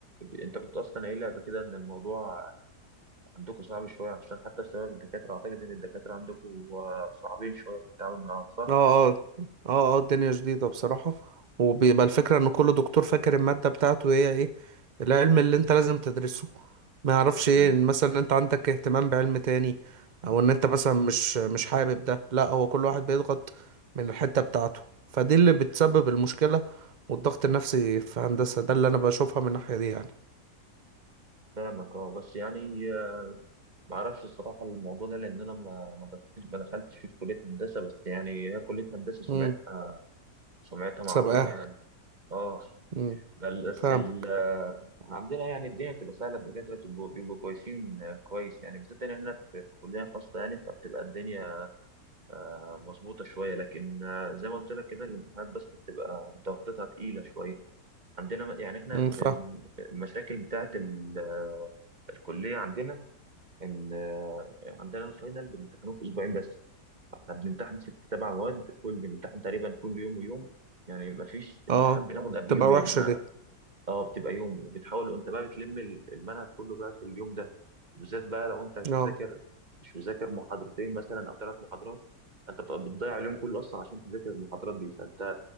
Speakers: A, on the right (about 25°); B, on the right (about 80°).
A: انت كنت اصلا قايل لي قبل كده ان الموضوع عندكم صعب شويه عشان حتى بسبب الدكاتره اعتقد ان الدكاتره عندكم آه، صعبين شويه في التعامل معاهم صح؟
B: اه اه اه اه الدنيا جديدة بصراحة وبيبقى الفكرة ان كل دكتور فاكر المادة بتاعته هي ايه العلم اللي انت لازم تدرسه ما يعرفش ايه
A: مم.
B: إن مثلا انت عندك اهتمام بعلم تاني او ان انت مثلا مش مش حابب ده لا هو كل واحد بيضغط من الحتة بتاعته فدي اللي بتسبب المشكلة والضغط النفسي في هندسة ده اللي انا بشوفها من الناحية دي يعني
A: فاهمك اه بس يعني آه، ما اعرفش الصراحه الموضوع ده لان انا ما ما دخلتش ما دخلتش في كليه هندسه بس يعني هي كليه هندسه سمعتها
B: امم
A: سمعتها معروفة
B: سابقاها
A: يعني اه
B: امم
A: بل بس
B: فاهم
A: ال آه، عندنا يعني الدنيا بتبقى سهلة الدكاترة بتبقوا- بيبقوا كويسين آه، كويس يعني بالذات إن إحنا في في كلية خاصة يعني فبتبقى الدنيا آه، مظبوطة شوية لكن آه، زي ما قلت لك كده الامتحانات بس بتبقى ضغطتها تقيلة شوية عندنا م- يعني إحنا
B: امم
A: من
B: فاهم
A: المشاكل بتاعة ال- الكلية عندنا إن آه، عندنا الفاينل بنمتحنه في أسبوعين بس احنا بنمتحن ست سبع مواد كل بنمتحن تقريبا كل يوم ويوم يعني ما فيش
B: اه
A: امتحان بناخد قبل
B: تبقى
A: يومين
B: وحشة دي
A: اه بتبقى يوم وبتحاول وانت بقى بتلم ال- المنهج كله بقى في اليوم ده وبالذات بقى لو انت مش
B: اه
A: مذاكر مش مذاكر محاضرتين مثلا او ثلاث محاضرات فانت بتبقى بتضيع اليوم كله اصلا عشان تذاكر المحاضرات دي فانت